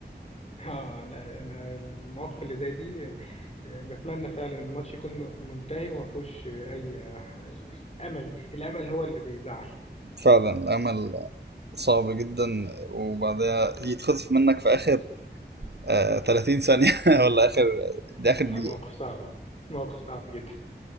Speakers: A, on the left (about 35°); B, on the right (about 65°).
A: اه لا انا المواقف اللي زي دي آه، بتمنى فعلا الماتش يكون منتهي وما فيهوش اي امل الامل هو اللي بيزعل
B: فعلا الأمل صعب جدا وبعدها يتخطف منك في آخر آه 30 ثانية <laughs> ولا آخر دي آخر
A: لا
B: دقيقة
A: موقف صعب موقف صعب جدا